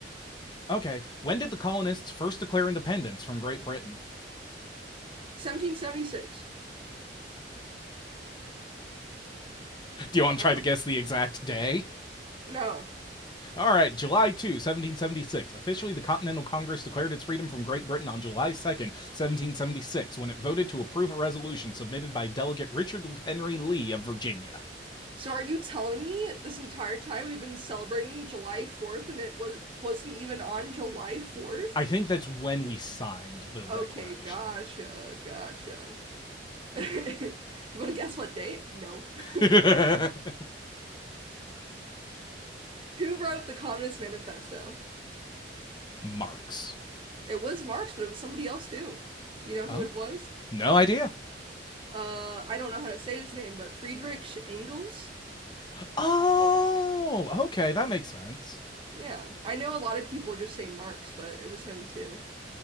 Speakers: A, on the left; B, on the right.
A: Okay, when did the colonists first declare independence from Great Britain?
B: 1776.
A: Do you want
B: Uh-oh.
A: to try to guess the exact day?
B: No.
A: All right, July 2, 1776. Officially, the Continental Congress declared its freedom from Great Britain on July second, seventeen 1776, when it voted to approve a resolution submitted by Delegate Richard Henry Lee of Virginia.
B: So are you telling me this entire time we've been celebrating July 4th and it was wasn't even on July 4th?
A: I think that's when we signed the declaration.
B: Okay, gotcha, gotcha. <laughs> Do you want to guess what date? No. <laughs>
A: <laughs>
B: Who wrote the Communist Manifesto?
A: Marks.
B: It was Marx, but it was somebody else too. Do you know
A: Huh?
B: who it was?
A: No idea.
B: uh I don't know how to say his name, but Friedrich Engels?
A: Oh, okay, that makes sense.
B: Yeah. I know a lot of people just say Marx, but it was him too.